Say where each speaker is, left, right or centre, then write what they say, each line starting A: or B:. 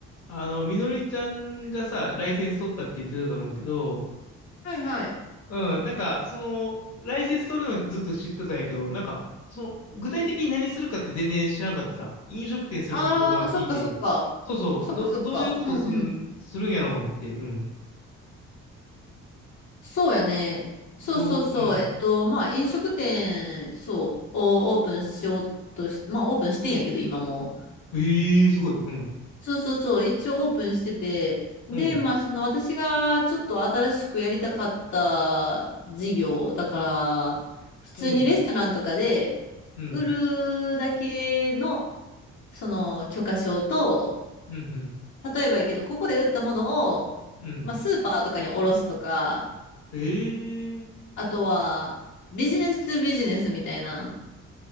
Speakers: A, on the left; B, on the left.
A: あの、みのりちゃんがさ、ライセンス取ったって言ってたと思うけど、
B: はいはい。
A: うん、なんか、その、ライセンス取るのずっと知ってたんやけど、なんか、その、具体的に何するかって全然知らんかってさ、飲食店するって今日まあ聞いて、
B: ああ、そっかそっか。
A: そうそう、
B: そっかそっか。
A: ど、どういうことすん、
B: うんうん。
A: するんやろうって、うん。
B: そうやね。そうそうそう。
A: どう、うん。
B: えっと、まあ、飲食店、そう、をオープンしようとし、まあ、オープンしてんやけど、今も。
A: ええー、すごい、うん。
B: そうそうそう。一応オープンしてて。で、
A: うん、
B: まあ、その私がちょっと新しくやりたかった事業、だから、普通にレストランとかで売るだけの、
A: うん、うん、
B: その許可証と、
A: うん、うん。
B: 例えばやけど、ここで売ったものを、
A: うん
B: まあ、スーパーとかに卸すとか、
A: ええー、
B: あとは、ビジネストゥビジネスみたいな。